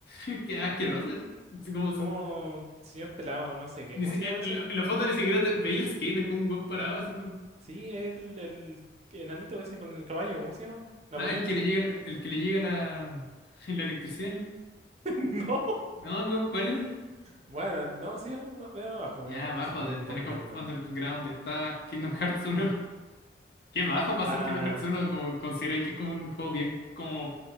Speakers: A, on the left (about 55°); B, on the right (about 35°).
A: <laughs> Qué asqueroso. Es como si-
B: Como señor pelado, no sé qué.
A: ni
B: ¿Cómo
A: si-
B: se
A: eh,
B: llama ese?
A: En la, en la foto ni siquiera te... veía el skate con un weón parado haciendo...
B: Sí, el, el enanito ese con el caballo, ¿cómo se llama? Napoleón.
A: Ah, el que le llega, la- el que le llega la, <laughs> la electricidad. No,
B: <laughs> No.
A: No, ¿cu- ¿cuál era?
B: Bueno, no, sí, veamos, veamos abajo,
A: Ya,
B: veamos abajo.
A: abajo
B: Sí, tiene
A: de
B: un
A: Tony
B: juego online
A: Hawk
B: bueno.
A: Underground está Kingdom Hearts uno <laughs> Qué bajo para
B: Ah,
A: ser Kingdom Hearts uno como consideráis que es como un juego bien como